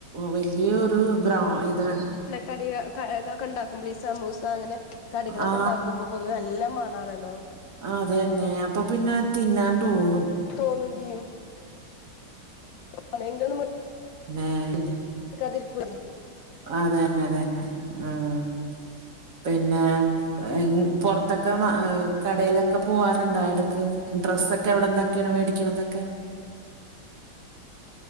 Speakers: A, on the right; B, on the left.
A: വലിയ ഒരു ഗ്രാ ഇതാണ്.
B: കടി ആഹ് ഇതൊക്കെ ഇണ്ടാക്കുമ്പോളെ ഈ സമൂസ അങ്ങനെ കടികളൊക്കെ
A: ആ
B: ഉണ്ടാക്കുമ്പോൾ പൊതുവേ നല്ല മണ ആണല്ലോ
A: ആഹ് അതെന്നെ അപ്പൊ പിന്നെ തിന്നാൻ തോന്നും
B: തോന്നും ചെയ്യും <unintelligible>
A: മേഹ്
B: ക്കതിർക്കുലം
A: അതന്നെ അതന്നെ ആഹ് പിന്നേ ഇങ് പൊർത്തൊക്കെ മാ കടയിലൊക്ക പോവാറുണ്ടാ എട് ക് ഡ്രസ്സൊക്കെ എവിടെന്നക്കേണ് മേടിക്കണതൊക്കെ?